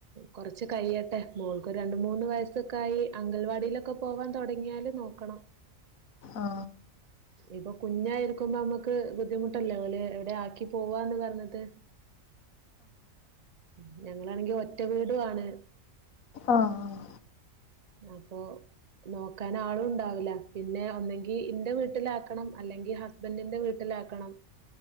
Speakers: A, on the right (about 45°); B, on the left (about 80°).
A: കുറച്ച് കഴിയട്ടെ മോൾക്ക് രണ്ട് മൂന്ന് വയസ്സക്കായി അങ്കൽവാടിയിലൊക്കെ പോവാൻ തുടങ്ങിയാല് നോക്കണം
B: ആ
A: ഇപ്പോ കുഞ്ഞായി ക്കുമ്പോ നമുക്ക് ബുദ്ധിമുട്ടല്ലേ ഓലേ എവിടെ ആക്കി പോവാന്ന് പറഞ്ഞത് ഉം ഞ നിങ്ങളാണെങ്കിൽ ഒറ്റ വീടുവാണ്
B: ആ ആ
A: അപ്പൊ നോക്കാൻ ആളും ഉണ്ടാവില്ല പിന്നെ ഒന്നെങ്കി എന്റെ വീട്ടിലാക്കണം അല്ലെങ്കിൽ ഹസ്ബൻഡിന്റെ വീട്ടിലാക്കണം